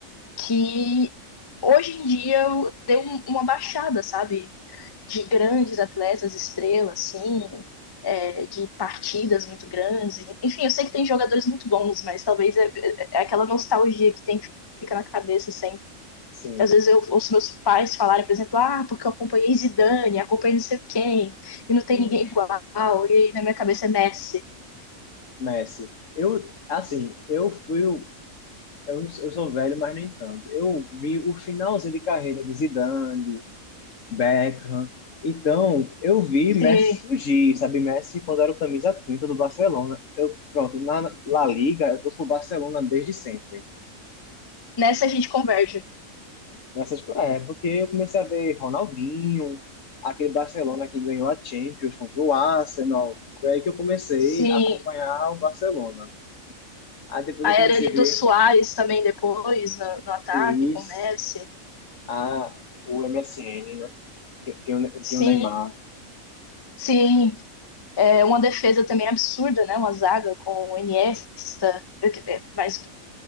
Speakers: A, on the left; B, on the left.
A: que hoje em dia eu- deu um- uma baixada, sabe? De grandes atletas, estrelas, assim, é, de partidas muito grandes. E- Enfim, eu sei que tem jogadores muito bons, mas talvez é, é é aquela nostalgia que tem que ficar na cabeça sempre.
B: sim,
A: Às vezes eu ouço meus pais falarem, por exemplo, ah, porque eu acompanhei Zidane, acompanhei não sei quem, e não tem
B: sim,
A: ninguém igual, e aí na minha cabeça é Messi.
B: <laughs> Messi. Eu, assim, eu fui, o- eu, não- eu sou velho, mas nem tanto. Eu vi o finalzinho de carreira de Zidane, Beckham. Então, eu vi Messi
A: Sim,
B: surgir, sabe? Messi, quando era o camisa 30 do Barcelona. Eu, pronto, na La Liga, eu torço pro Barcelona desde sempre
A: nessa a gente converge.
B: Nessas, co- é, porque eu comecei a ver Ronaldinho, aquele Barcelona que ganhou a Champions contra o Arsenal. Foi aí que eu comecei
A: Sim,
B: a acompanhar o Barcelona. Aí depois
A: A
B: eu comecei
A: era ali
B: a ver
A: do Suárez também depois, no, no ataque,
B: isso,
A: com o Messi.
B: a, o MSN, né? Que Tem o, Ne- tem
A: Sim,
B: o Neymar.
A: sim. É uma defesa também absurda, né? Uma zaga com o Iniesta, mais